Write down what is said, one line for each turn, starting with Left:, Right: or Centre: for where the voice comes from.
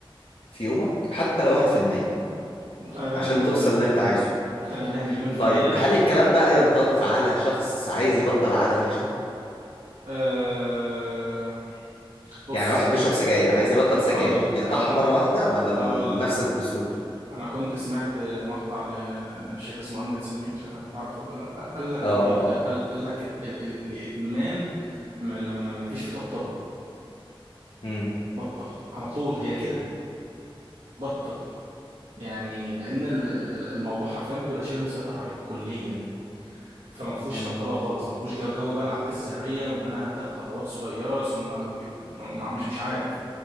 Left: في يومك حتى لو 1%
Right: مقتنع بيها
Left: عشان
Right: مليون
Left: توصل
Right: في المية
Left: اللي انت عايزه
Right: مقتنع بيها مليون في
Left: طيب
Right: المية
Left: هل الكلام بقى ينطبق على شخص عايز يبطل عادة وحشة
Right: آه... بص
Left: يعني واحد
Right: كان
Left: بيشرب
Right: كان
Left: سجاير عايز يبطل سجاير
Right: هقول لك
Left: يقطعها
Right: هقول
Left: مرة واحدة ولا
Right: هقول
Left: بنفس
Right: لك
Left: الاسلوب
Right: انا كنت سمعت مقطع لشيخ اسمه امجد سمير مش عارف انت عارفه ولا لا قال لك
Left: اه
Right: الإد... قال
Left: اه
Right: قال لك ال... ال... ال... الادمان ما... ما... ما ما فيش فيه طبطبه
Left: مم.
Right: بطل على طول هي كده بطل يعني لان ال- ال- ال- الموضوع حرفيا بيبقى شبه مسيطر عليك كليا فما فيهوش
Left: مم.
Right: طبطبه خالص ما فيهوش جو, جو بقى العادات الذريه وان انا هبدا بخطوات صغيره ثم كبير. ما- مش مش عارف